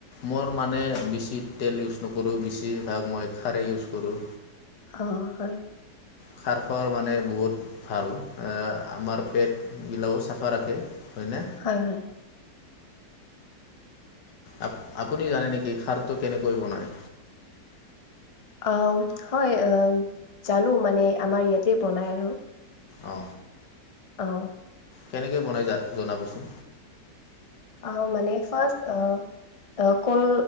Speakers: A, on the left; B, on the left.
A: মোৰ মানে বচিত তেল ইউজ নকৰোঁ বেছিভাগ মই খাৰেই ইউজ কৰোঁ
B: অ হয়
A: খাৰ খাৰ মানে বহুত ভাল এ আমাৰ পেট গিলাও চাফা ৰাখে হয়নে
B: হয় হয়
A: আ আপুনি জানে নেকি খাৰটো কেনেকৈ বনায়
B: অ হয় জানো মানে আমাৰ ইয়াতে বনাই আৰু
A: অ
B: অ
A: কেনেকে বনাই যা জনাবচোন
B: অ মানে ফাৰ্ অ আহ কল